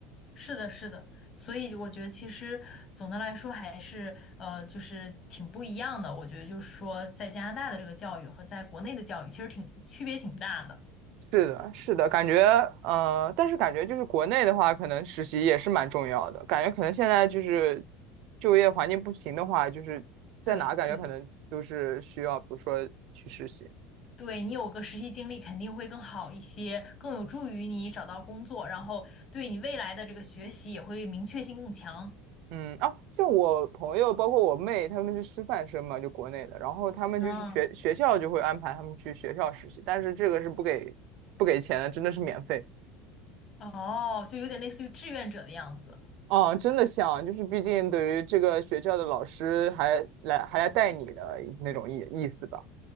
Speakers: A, on the left; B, on the right.
A: 是的，是的，所以我觉得其实总的来说还是呃，就是挺不一样的。我觉得就是说，在加拿大的这个教育和在国内的教育其实挺区别挺大的。
B: 是的，是的，感觉，呃，但是感觉就是国内的话，可能实习也是蛮重要的。感觉可能现在就是就业环境不行的话，就是在哪感觉可能都是需要，
A: 对对
B: 比如说去实习。
A: 对，你有个实习经历肯定会更好一些，更有助于你找到工作，然后对你未来的这个学习也会明确性更强。
B: 嗯，啊，像我朋友，包括我妹，他们是师范生嘛，就国内的，然后他们就是学学校就会安排他们去学校实习，
A: 嗯，
B: 但是这个是不给不给钱的，真的是免费。
A: 哦，就有点类似于志愿者的样子。
B: 啊，真的像，就是毕竟对于这个学校的老师还来还来带你的那种意意思吧。